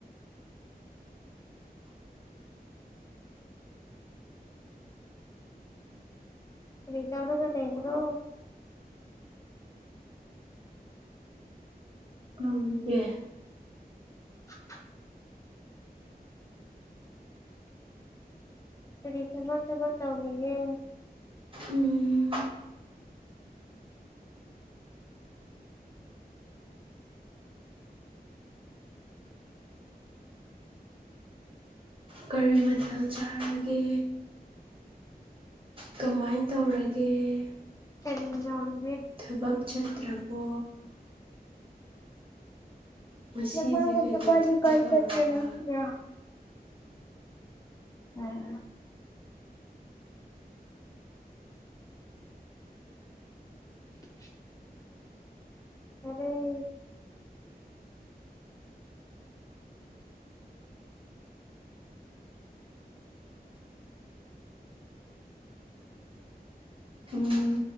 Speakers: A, on the left (about 20°); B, on the right (about 35°).
A: ꯀꯔꯤ ꯇꯧꯔꯒ ꯂꯩꯕ꯭ꯔꯣ
B: ꯇꯨꯝꯒꯦ
A: <unintelligible> ꯀꯔꯤ ꯊꯕꯛ ꯊꯕꯛ ꯇꯧꯔꯤꯒꯦ
B: ꯎꯝ ꯀꯔꯤ ꯃꯊꯦꯜ ꯆꯥꯔꯒꯦ ꯀꯃꯥꯏꯟ ꯇꯧꯔꯒꯦ
A: ꯀꯔꯤꯅꯣ
B: ꯊꯕꯛ ꯆꯠꯇ꯭ꯔꯕꯣ ꯉꯁꯤꯗꯤ
A: ꯅꯃꯥꯒ
B: ꯀꯩꯀꯩ
A: ꯅꯄꯤꯒ
B: ꯊꯕꯛ
A: ꯀꯥꯏ
B: ꯇꯧꯔꯕ
A: ꯆꯠꯀꯦ ꯅꯪꯅ ꯑꯥ <unintelligible> ꯐꯔꯦ
B: ꯎꯝ